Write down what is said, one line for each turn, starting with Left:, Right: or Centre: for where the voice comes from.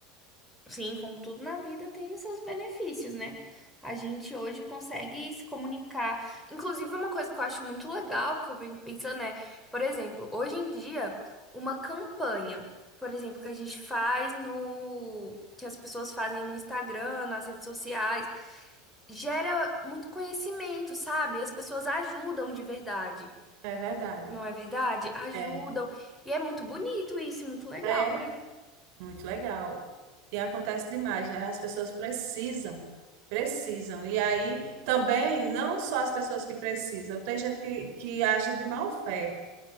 Centre: Sim, como tudo na vida tem seus benefícios, né? A gente hoje consegue se comunicar. Inclusive, uma coisa que eu acho muito legal, que eu venho pensando é, por exemplo, hoje em dia, uma campanha, por exemplo, que a gente faz no. que as pessoas fazem no Instagram, nas redes sociais, gera muito conhecimento, sabe? As pessoas ajudam de verdade.
Right: É verdade.
Centre: Não é verdade? Ajudam.
Right: É,
Centre: E é muito bonito isso, e muito legal,
Right: é
Centre: né?
Right: muito legal. E acontece demais, né? As pessoas precisam, precisam. E aí também, não só as pessoas que precisam, tem gente que, que age de má fé.